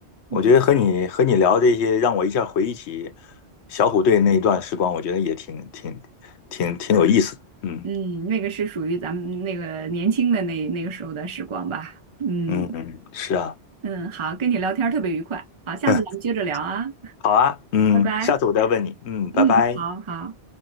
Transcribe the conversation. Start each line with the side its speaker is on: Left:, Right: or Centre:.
Left: 我觉得和你和你聊这些，
Right: 嗯
Left: 让我一下回忆起小虎队那一段时光，我觉得也挺挺挺挺有意思的。嗯
Right: 嗯，那个是属于咱们那个年轻的那那个时候的时光吧。嗯
Left: 嗯嗯，是啊，
Right: 嗯，好，跟你聊天儿特别愉快，好，下次咱们接着聊啊，
Left: <laughs> 好啊，嗯，
Right: 拜拜。
Left: 下次我再问你。嗯，拜拜。
Right: 嗯，好好。